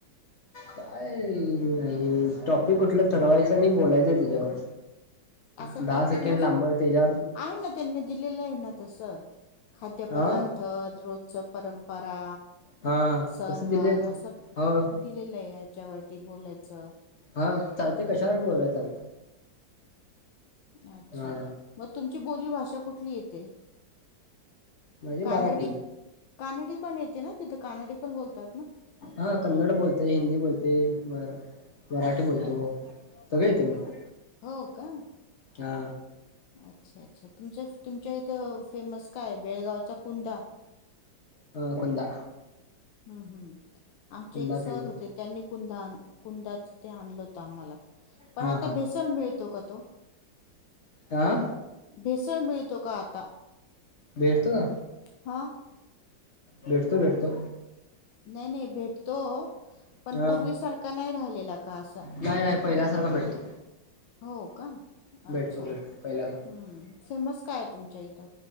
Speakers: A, on the left; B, on the left.
A: काय नाही टॉपिक कुठलं ठरवायचं अन बोलायचंय त्याच्यावर
B: असा
A: दहा
B: टॉपिक
A: सेकंड
B: नस
A: लांबवर त्याच्या
B: आहे ना त्यांनी दिलेलं आहे ना तस खाद्य
A: हा
B: पदार्थ रोजच परंपरा
A: हा
B: सण
A: तसं दिलेच
B: वार अस
A: हो
B: दिलेल आहे त्यावरती बोलायचं
A: हा चालतेय कशावर बी बोल तर
B: अच्छा
A: हा
B: मग तुमची बोली भाषा कुठ येत
A: माझी
B: कानडी
A: मराठी
B: कानडी पण येते ना तिथं कानडी पण बोलतात ना
A: हा कन्नड बोलते हिंदी बोलते म मराठी बोलतो सगळं येत मला
B: हो का
A: का
B: अच्छा अच्छा तुम तुमच्या इथं फेमस काय बेळगावचा कुंदा
A: अ कुंदा
B: हम्म हम्म आमचे
A: कुंदा
B: एक सर
A: फेमस
B: होते त्यांनी कुदा कुंदाच ते आणलं होतं आम्हाला पण
A: हा
B: आता
A: हा
B: भेसळ मिळतो का तो
A: हा
B: भेसळ मिळतो का आता
A: भेटतो
B: हा
A: भेटतो भेटतो
B: नाही नाही भेटतो
A: हा
B: पण पूर्वी सारखा नाही राहिलेला का असा
A: नाही नाही पहिल्यासारखा भेटतो
B: हो का अच्छा
A: भेटतो भेटतो पहिल्या सारखा
B: हम्म फेमस काय तुमच्या इथ.